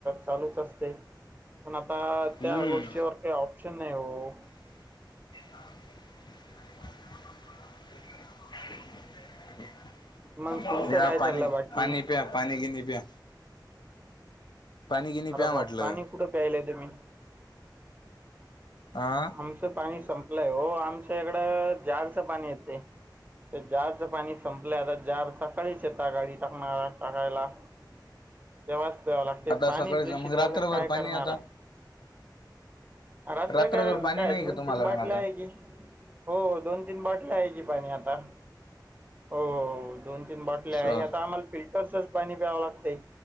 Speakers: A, on the right; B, on the left.
A: चालूच असते. पण आता
B: हम्म
A: त्या गोष्टीवर काही ऑप्शन नाही ओ
B: <inaudible>
A: मग तुमचं
B: घ्या
A: काय चाललं
B: पाणी
A: बाकी?
B: पाणी प्या पाणी बिनी प्या पाणी गिनी
A: अर
B: प्या
A: बा
B: म्हटलं
A: पाणी कुठं प्यायलाय तुम्ही.
B: हा
A: आमचं पाणी संपलंय ओ आमच्या इकडं जारचं पाणी येत जार पाणी संपलं आता जार सकाळीच येत गाडी टाकणारा टाकायला. तेव्हाच प्यावा लागते
B: आता
A: पाणी
B: सकाळीच
A: दूषित
B: मग रात्रभर
A: झालं काय
B: पाणी
A: करणारा
B: आता
A: राता
B: रात्रभर
A: <unintelligible>
B: पाणी
A: काय
B: नाही
A: दोन
B: का तुम्हाला
A: तीन बाटल
B: मग आता
A: आहे की हो दोन तीन बाटल्या आहे की पाणी आता. हो दोन तीन बाटल्या
B: असं
A: आहे आता आम्हाला फिल्टरच पाणी प्यावं लागतंय